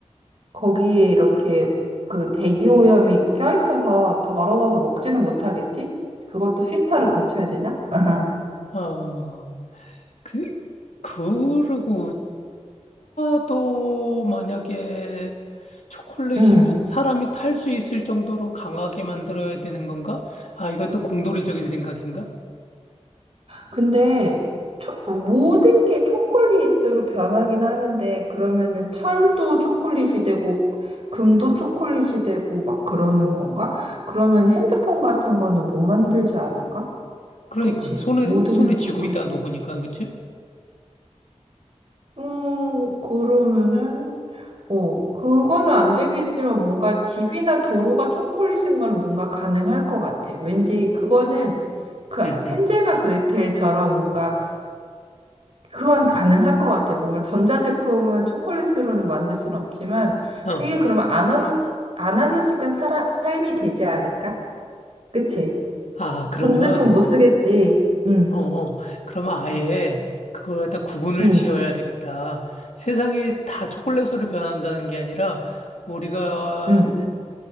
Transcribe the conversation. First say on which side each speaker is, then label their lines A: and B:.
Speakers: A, on the right (about 55°); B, on the left (about 90°).
A: 거기에 이렇게 그 대기오염이 껴있어서 더러워서 먹지는 못하겠지? 그것도 필터를 거쳐야 되나? <laughs> 아하.
B: 아, 그 그리고 차도 만약에 초콜릿이면
A: 응.
B: 사람이 탈 수 있을 정도로 강하게 만들어야 되는 건가? 아, 이것도 공돌이적인 생각인가?
A: 근데 초- 모든 게 초콜릿으로 변하긴 하는데 그러면은 철도 초콜릿이 되고 금도 초콜릿이 되고 막 그러는 건가? 그러면 핸드폰 같은 거는 못 만들지 않을까?
B: 그러니까
A: 그치?
B: 손에
A: 모든
B: 손에
A: 게 다
B: 쥐고
A: 초콜릿.
B: 있다 녹으니까 그치?
A: 음, 그러면은, 어, 그거는 안 되겠지만 뭔가 집이나 도로가 초콜릿인 거는 뭔가 가능할 것 같아. 왠지 그거는 그
B: 응, 응.
A: 헨젤과 그레텔처럼 뭔가 그건 가능할 것 같아. 뭔가 전자제품은 초콜릿으로는 만들 수는 없지만
B: 어.
A: 되게 그러면 아날로지, 아날로직한 살아, 삶이 되지 않을까? 그치?
B: 아, 그러면
A: 전자제품 못 쓰겠지. 응,
B: 어, 어. 그러면 아예 그걸 갖다 구분을
A: 응,
B: 지어야 되겠다. 세상이 다 초콜릿으로 변한다는 게 아니라 우리가
A: 응,